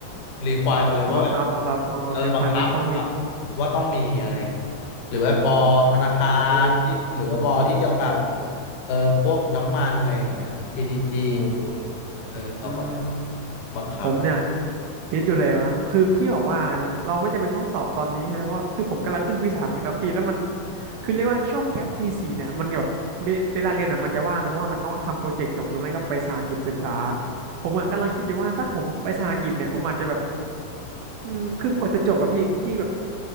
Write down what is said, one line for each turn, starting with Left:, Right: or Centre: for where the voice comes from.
Left: รีควายมาเลยว่าแบบ
Right: เขาบังคับแล้วครับอ๋อ
Left: เออบังคับบังคับ
Right: requirement ต้องมี
Left: ว่าต้องมีอะไร
Right: อืม
Left: หรือว่าบอธนาคารที่หรือว่าบอที่เกี่ยวกับ
Right: โอ้โห
Left: เอ่อพวกน้ำมันอะไรอย่างเงี้ย PTG
Right: โอ้โห
Left: เออเขาก็แบบ
Right: อืม
Left: บังคับ
Right: ผมเนี่ยคิดอยู่เลยว่าคือพี่บอกว่าอะไรนะเราไม่จำเป็นต้องสอบตอนนี้ใช่ไหมเพราะว่าคือผมกำลังขึ้นปีสามไงครับพี่แล้วมันคือเรียกว่าช่วงแก๊ปปีสี่เนี่ยมันแบบมีเวลาเรียนอ่ะมันจะว่างเพราะว่ามันต้องทำโปรเจกต์จบหรือไม่ก็ไปสหกิจศึกษาผมอะกำลังคิดอยู่ว่าถ้าผมไปสหกิจเนี่ยผมอาจจะแบบอืมคือกว่าจะจบอะพี่พี่แบบ